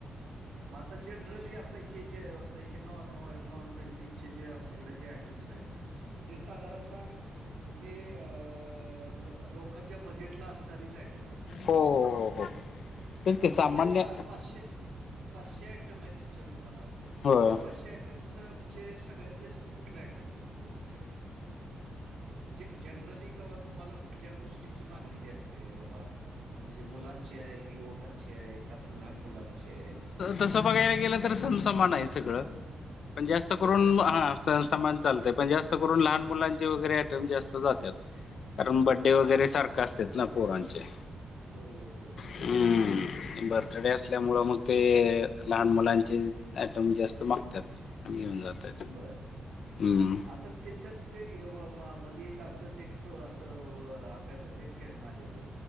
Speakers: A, on the right; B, on the left.
A: म आता जनरली आता हे जे हे नॉन नॉन वल्टीचे जे आपल्याकडे जे आयटम्स आहेत हे साधारणतः हे अ लोकांच्या बजेटला असणारी सा आयटम आहेत ना सगळे
B: हो हो हो हो तेच
A: मग
B: की
A: आता
B: सामान्य
A: हे पाचशे पाचशे आयटम आहेत तुमच्या दुकानात
B: होय
A: या पाचशे आट टम म्हणजे सगळ्यात जास्ती कुठला आयटम खपतो तुमच्याकडे? म्हणजे जनरली कावा तुम्हाला कुठल्या गोष्टीची मागणी जास्ती आहे बाबा म्हणजे मुलांची आहे युवकांची आहे का आता लहान मुलांची आहे.
B: तस बघायला गेलं तर समसमान आहे सगळ पण जास्त
A: सगळं
B: करून
A: सामान
B: हा
A: चालतंय
B: सम समान चालतय पण जास्त करून लहान मुलांचे वगैरे आयटम जास्त जात्यात. कारण
A: बर
B: बड्डे वगैरे सारखे असतात ना पोरांचे
A: बरोबर बरोबर
B: हम्म बर्थडे असल्यामुळं मग ते लहान मुलांचे आयटम जास्त मागत्यात आम्ही घेऊन जातय
A: <unintelligible>
B: हम्म
A: आता तेच्यात ते अ व म म मधी एक असं ते छो असं अ अभ्यासाचं खेळणं आलेलं